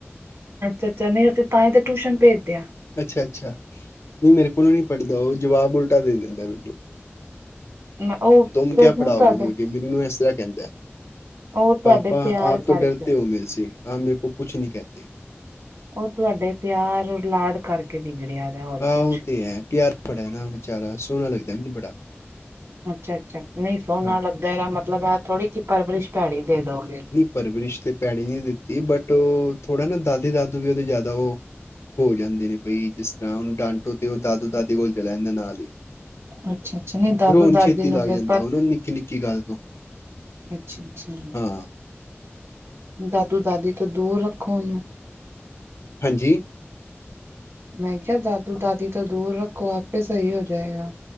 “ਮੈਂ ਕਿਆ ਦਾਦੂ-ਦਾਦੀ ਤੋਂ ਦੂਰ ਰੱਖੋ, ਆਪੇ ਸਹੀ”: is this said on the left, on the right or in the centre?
Right